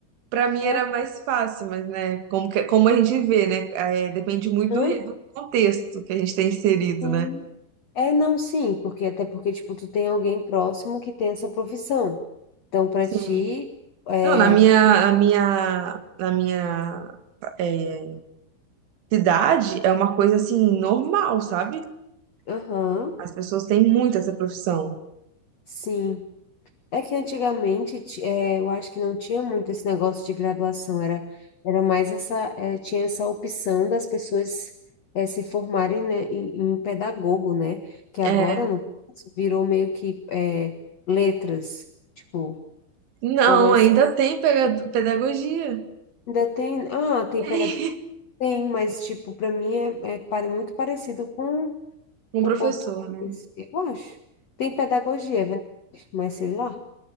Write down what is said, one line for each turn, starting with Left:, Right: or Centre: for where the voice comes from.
Right: pra mim
Left: É,
Right: era mais fácil, mas, né? Como, que- como a gente vê, né? é, depende muito
Left: hã?
Right: do, re- do contexto que a gente tem inserido,
Left: Sim.
Right: né?
Left: É, não, sim, porque até porque, tipo, tu tem alguém próximo que tem essa profissão. Então, para
Right: Sim.
Left: ti, é,
Right: Não, na minha,
Left: fi-
Right: na minha, na minha é, cidade é uma coisa assim normal, sabe?
Left: aham,
Right: As pessoas têm muito essa profissão.
Left: sim. É que antigamente, ti- é, eu acho que não tinha muito esse negócio de graduação, era, era mais essa, é, tinha essa opção das pessoas, é, se formarem, né, em, em pedagogo, né? Que agora,
Right: É.
Left: no caso, virou meio que, é, letras, tipo,
Right: Não,
Left: formas...
Right: ainda tem pega- pedagogia.
Left: Ainda tem, ah, tem
Right: <laughs>
Left: pega, Sim, mas tipo, para mim é, é pare- muito parecido com
Right: Um
Left: o
Right: professor,
Left: português,
Right: né?
Left: eu acho. Tem pedagogia, é verdade, mas sei lá.